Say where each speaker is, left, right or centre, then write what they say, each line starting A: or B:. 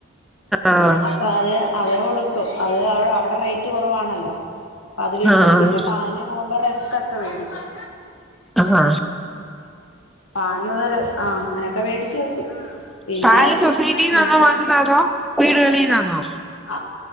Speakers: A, in the centre; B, on the left.
A: ആഹ്
B: അപ്പൊ അത് അത് കൊടുക്കും അത് അവിടെ റേറ്റ് കുറവാണല്ലോ അത് മേടിച്ചു
A: ആഹ്
B: പിന്നെ പാലിന് പോകുമ്പോ റെസ്ക് ഒക്കെ മേടിക്കും
A: അഹ് ആഹാ.
B: പാഞ്ഞൂറ് ആ അങ്ങനെയൊക്കെ വേടിച്ചു വെക്കും. പിന്നെ
A: പാല് സൊസൈറ്റിന്നാണോ
B: പിന്നെ
A: വാങ്ങുന്ന അതോ വീടുകളീന്നാണോ.
B: ആ